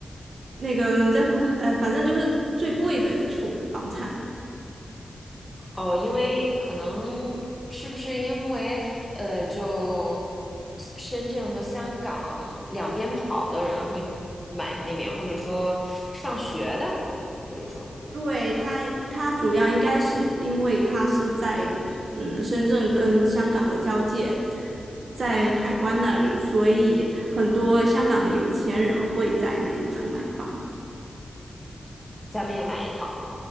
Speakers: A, on the right (about 55°); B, in the centre.
A: 那个叫什么，呃，反正就是最贵的一处房产。
B: 哦，因为可能是不是因为，呃，就深圳和香港两边跑的人会买那边，或者说上学的，比如说
A: 对，他，他主要应该是因为他是在嗯深圳跟香港的交界，在海关那里，所以很多香港的有钱人会在那一处买房，
B: 咱们也买一套，